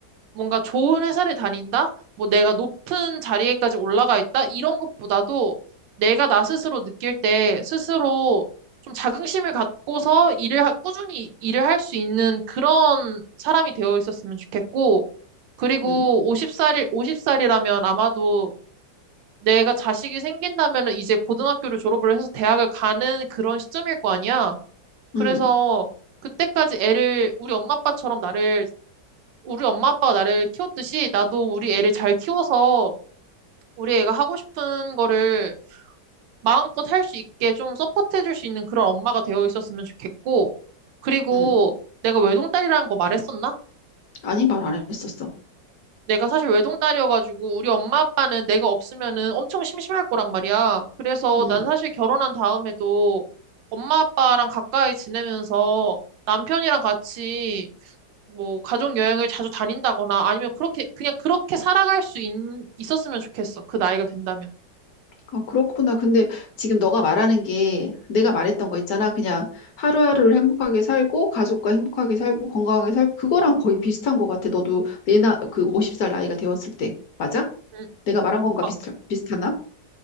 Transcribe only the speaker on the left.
응,
응,
응.
아니, 말 안 했었어.
응.
아, 그렇구나. 근데 지금 너가 말하는 게 내가 말했던 거 있잖아. 그냥 하루하루를 행복하게 살고, 가족과 행복하게 살고, 건강하게 살고, 그거랑 거의 비슷한 것 같아. 너도 내 나, 그 50살 나이가 되었을 때. 맞아?
내가 말한 건가
비슷, 비슷하나?